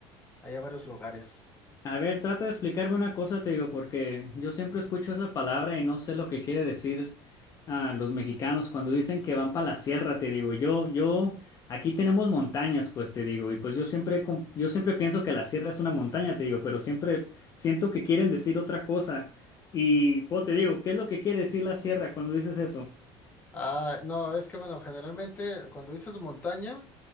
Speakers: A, on the left; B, on the left.
A: allá a varios lugares.
B: A ver, trata de explicarme una cosa, te digo, porque yo siempre escucho esa palabra y no sé lo que quiere decir a los mexicanos cuando dicen que van para la sierra, te digo. Yo, yo, aquí tenemos montañas, pues te digo, y pues yo siempre, com- yo siempre pienso que la sierra es una montaña, te digo, pero siempre siento que quieren decir otra cosa. Y pues te digo, ¿qué es lo que quiere decir la sierra cuando dices eso?
A: Ah, no, es que bueno, generalmente cuando dices montaña,